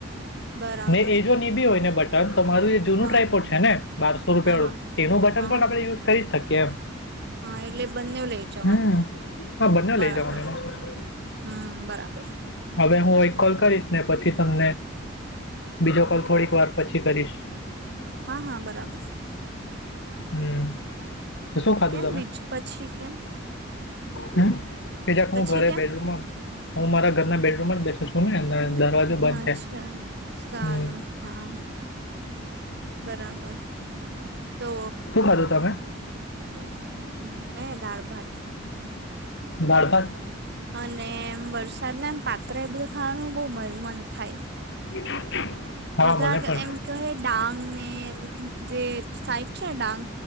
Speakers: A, on the right; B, on the left.
A: બરાબર
B: નહી એ જો બી હોય ને બટન તો મારું જૂનું
A: હા
B: ટ્રાયપોર્ડ છે ને બારસો રૂપિયા
A: હા
B: વાળું
A: હા
B: તેનું બટન
A: હા
B: પણ
A: હા
B: આપણે યુઝ કરી શકીએ એમ
A: હા એટલે બંને લઇ જવાનું
B: હમ હા બંને
A: બરાબર!
B: લઈ જવાનું એમાં શું છે.
A: હમ બરાબર!
B: પણ હું એક કોલ કરીશ ને પછી તમને બીજો કોલ થોડીક વાર પછી કરીશ.
A: હા હા બરાબર!
B: હમ! તો શું ખાધું
A: કેમ
B: તમે
A: બીજ પછી કેમ
B: હમ તેજાક
A: પછી
B: હું ઘરે
A: કેમ
B: બેડમમાં હું મારા ઘરના બેડરૂમ માં બેચ <inaudible> સ છું ને અને દરવાજો
A: હા
B: બંધ છે
A: અચ્છા સારું
B: હમ
A: હા! બરાબર! તો
B: શું ખાધું તમે
A: <unintelligible> મે દાળ ભાત
B: દાળભાત?
A: અને એમ વરસાદના એમ પાત્ર એ બધું ખાવાનું બહ મન થાય.
B: <inaudible>
A: બધા
B: મને પણ
A: જ એમ કહે ડાંગ ને એમ જે સાઈટ છે ડાંગ